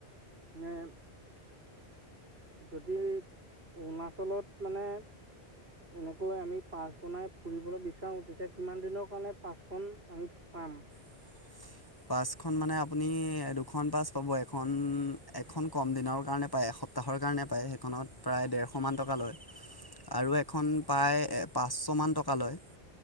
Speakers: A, on the right; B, on the left.
A: <unintelligible> যদি অৰুণাচলত মানে এনেকৈ আমি পাছ বনাই ফুৰিবলৈ বিচাৰো তেতিয়া কিমান দিনৰ কাৰণে পাচখন আমি পাম?
B: <inaudible> পাচখন মানে আপুনি দুখন পাচ পাব এখন এখন কম দিনৰ কাৰণে পায় এ সপ্তাহৰ কাৰণে পায় সেইখনত প্ৰায় ডেৰশমান টকা লয়। আৰু এখন প্ৰায় পাচশমান টকা লয়।